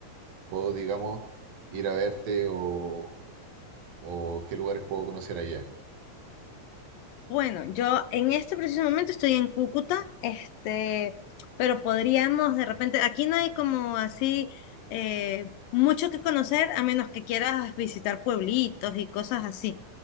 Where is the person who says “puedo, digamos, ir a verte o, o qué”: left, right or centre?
Right